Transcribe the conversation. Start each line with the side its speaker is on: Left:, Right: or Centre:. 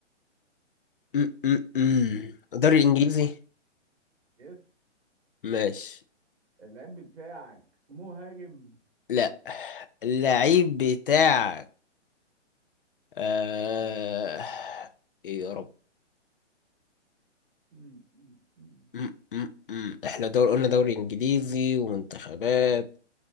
Left: م -م -م. الدوري الانجليزي
Right: يس
Left: ماشي
Right: اللعيب بتاعك مهاجم
Left: لا اللعيب بتاعك آه ايه يا رب
Right: مم. مم.
Left: م -م -م. احنا دور قلنا دوري انجليزي ومنتخبات